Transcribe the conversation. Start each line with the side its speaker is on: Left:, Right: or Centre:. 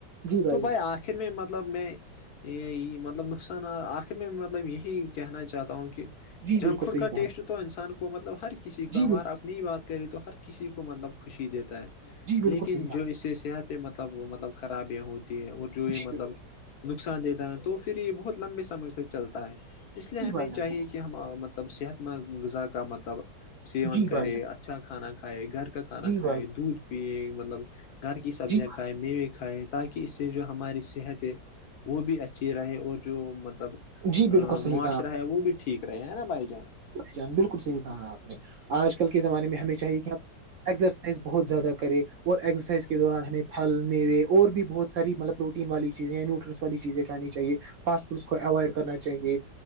Right: جی
Left: تو
Right: جان
Left: بھائی آخر میں مطلب میں یہ مطلب نقصانات آخر میں مطلب یہی کہنا چاہتا ہوں کہ
Right: جی
Left: جنک
Right: بالکل
Left: فوڈ
Right: صحیح
Left: کا
Right: کہا
Left: ٹیسٹ تو انسان کو مطلب ہر کسی کا
Right: جی
Left: ہمار
Right: بالکل
Left: اپنی ہی بات کرے تو ہر کسی کو مطلب خوشی دیتا ہے
Right: جی بالکل
Left: لیکن
Right: صحیح کہا
Left: جو اس سے صحت پہ مطلب مطلب خرابیاں ہوتی ہیں اور جو یہ
Right: جی
Left: مطلب
Right: بالکل
Left: نقصان دیتا ہے تو یہ بہت لمبے سمے تک چلتا ہے اس لیے
Right: جی
Left: ہمیں
Right: بھائی جان
Left: چاہیے کہ کہ مطلب صحت مند غذاہ مطلب سیون
Right: جی
Left: کرے
Right: بھائی جان
Left: اچھا کھانا کھائے گھر کا کھانا
Right: جی
Left: کھائے
Right: بھائی
Left: دودھ پیئے مطلب گھر کی سبزیاں
Right: جی
Left: کھائے میوے کھائے تاکہ اس سے جو ہماری صحت ہے وہ بھی اچھی رہے اور جو مطل مطلب
Right: جی
Left: ا
Right: بالکل صحیح
Left: معاشرہ
Right: کہا
Left: ہے وہ بھی ٹھیک رہے ہیں نا بھائی جان
Right: چان بالکل صحیح کہا آپ نے آج کل کے زمانے میں ہمیں چاہیے کہ ایکسرسائز بہت زیادہ کرے اور ایکسرسائز کے دوران ہمیں پھل میوے اور بھی بہت ساری مطلب پروٹین والی چیزیں نیٹرنس والی چیزیں کھانی چاہے فاسٹ فوڈس کو اوائڈ کرنا چاہے